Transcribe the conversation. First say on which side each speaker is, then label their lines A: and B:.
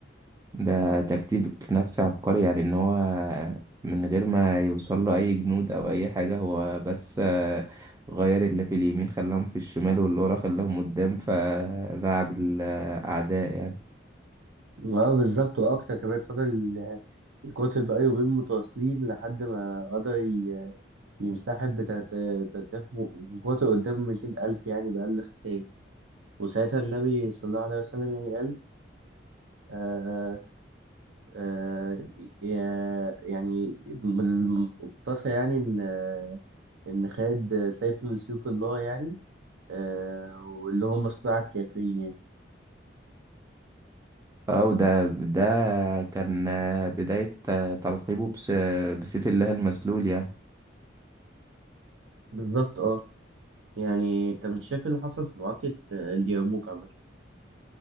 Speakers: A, on the right; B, on the right.
A: ده تكتيك نفسي عبقري يعني ان هو من غير ما يوصل له اي جنود او اي حاجة هو بس آه، غير اللي في اليمين خلاهم في الشمال واللي ورا خلاهم قدام فرعب الاعداء يعني
B: اه بالظبط وأكتر كمان فضل آه، يقاتل بقى يومين متواصلين لحد ما قدر ي- ينسحب بتلات تلات آلاف مقاتل قدام ميتين ألف يعني بأقل خسائر وساعتها النبي صلى الله عليه وسلم يعني قال آه آه آه، يعني بالمختصر يعني إن آه، إن خد سيف من سيوف الله يعني آه واللي هم صناع الكافرين يعني
A: اه وده ده كان آه، بداية آه، تلقيبه بس- بسيف الله المسلول يعني
B: بالظبط اه يعني انت مش شايف إيه اللي حصل في معركة آه، اليرموك عامة